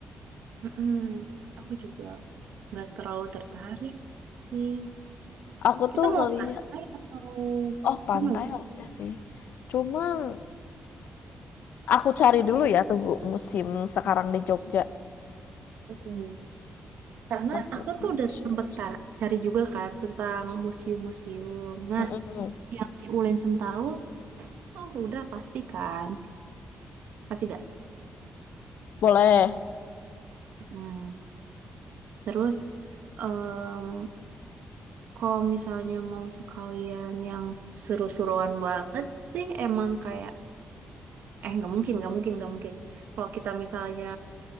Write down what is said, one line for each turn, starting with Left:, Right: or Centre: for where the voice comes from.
Right: Mm-mm. Aku juga nggak terlalu tertarik sih.
Left: aku
Right: Kita
Left: tuh ngelihat
Right: mau pantai atau
Left: Oh, pantai
Right: gunung?
Left: oke sih. Cuman aku cari dulu ya tunggu musim sekarang di Jogja.
Right: mm Karena
Left: Laporan
Right: aku tuh udah
Left: cuaca.
Right: sempet tar- cari juga kan tentang museum-museum. Nah,
Left: Mm-mm.
Right: yang si Ulen Sentalu tuh udah pasti kan? Pasti gak?
Left: Boleh.
Right: Nah, terus em, kalau misalnya mau sekalian yang seru-seruan banget sih emang kayak eh nggak mungkin nggak mungkin nggak mungkin. Kalau kita misalnya